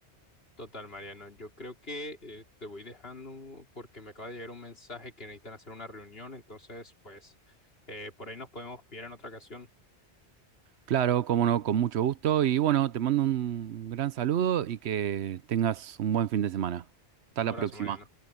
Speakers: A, on the left; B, on the right.
A: total, Mariano. Yo creo que eh, te voy dejando porque me acaba de llegar un mensaje que necesitan hacer una reunión. Entonces, pues, eh, por ahí nos podemos pillar en otra ocasión.
B: Claro, cómo no, con mucho gusto. Y bueno, te mando un gran saludo y que tengas un buen fin de semana. Hasta
A: Un
B: la
A: abrazo,
B: próxima.
A: Mariano.